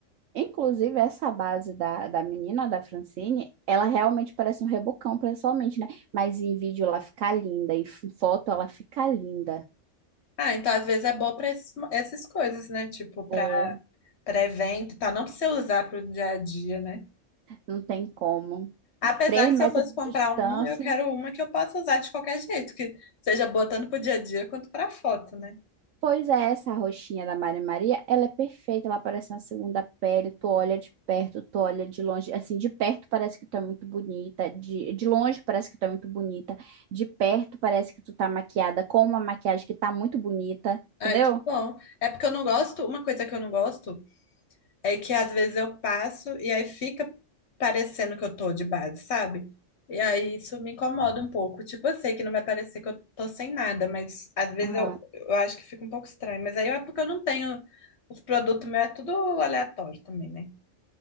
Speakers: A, on the right; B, on the left.
A: Inclusive, essa base da, da menina, da Francine, ela realmente parece um rebocão, pessoalmente, né? Mas em vídeo ela fica linda, em f- foto ela fica linda.
B: Ah, então às vezes é boa para essas coisas, né, tipo, para
A: É,
B: para evento e tal, não precisa usar para o dia a dia, né?
A: não tem como.
B: Apesar
A: Três
B: que
A: metros
B: se eu fosse
A: de
B: comprar
A: distância.
B: uma, eu quero uma que eu possa usar de qualquer jeito, que seja boa tanto para o dia a dia quanto para foto, né?
A: Pois é, essa roxinha da Maria Maria, ela é perfeita, ela parece uma segunda pele, tu olha de perto, tu olha de longe, assim, de perto parece que tu é muito bonita, de, de longe parece que tu é muito bonita, de perto parece que tu tá maquiada com uma maquiagem que tá muito bonita,
B: Ai,
A: entendeu?
B: que bom. É porque eu não gosto, uma coisa que eu não gosto é que às vezes eu passo e aí fica parecendo que eu tô de base, sabe? E aí isso me incomoda um pouco. Tipo, eu sei que não vai parecer que eu tô sem nada, mas às vezes
A: Aham.
B: eu, eu acho que fica um pouco estranho. Mas aí é porque eu não tenho. Os produtos meus é tudo aleatório também, né?